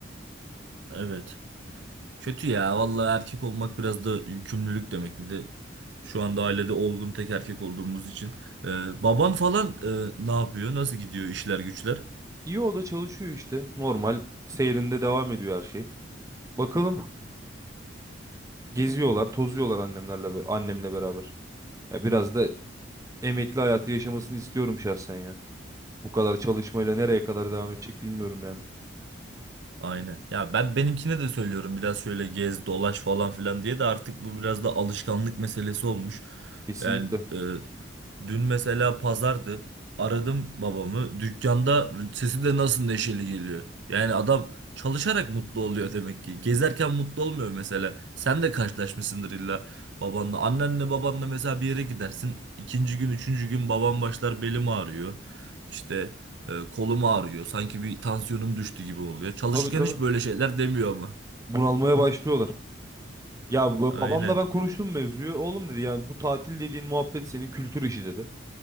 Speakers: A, on the right (about 65°); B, on the right (about 15°).
A: Evet. Kötü ya. Vallahi erkek olmak biraz da yükümlülük demek. Bir de şu anda ailede olgun tek erkek olduğumuz için. Ee, baban falan e, ne yapıyor? Nasıl gidiyor işler güçler?
B: İyi o da çalışıyor işte. Normal seyrinde devam ediyor her şey. Bakalım geziyorlar, tozuyorlar annemlerle be- annemle beraber. Ya biraz da emekli hayatı yaşamasını istiyorum şahsen ya. Bu kadar çalışmayla nereye kadar devam edecek bilmiyorum yani.
A: Aynen. Ya ben benimkine de söylüyorum biraz şöyle gez dolaş falan filan diye de artık bu biraz da alışkanlık meselesi olmuş.
B: Kesinlikle.
A: Yani e, dün mesela pazardı. Aradım babamı. Dükkanda sesi de nasıl neşeli geliyor. Yani adam çalışarak mutlu oluyor demek ki. Gezerken mutlu olmuyor mesela. Sen de karşılaşmışsındır illa babanla. Annenle babanla mesela bir yere gidersin. İkinci gün, üçüncü gün babam başlar belim ağrıyor. İşte ee, kolum ağrıyor. Sanki bir tansiyonum düştü gibi oluyor. Çalışırken
B: Tabii tabii.
A: hiç böyle şeyler demiyor ama.
B: Bunalmaya başlıyorlar. Ya b-
A: Aynen.
B: babamla ben konuştum mevzuyu. Oğlum dedi yani bu tatil dediğin muhabbet senin kültür işi dedi.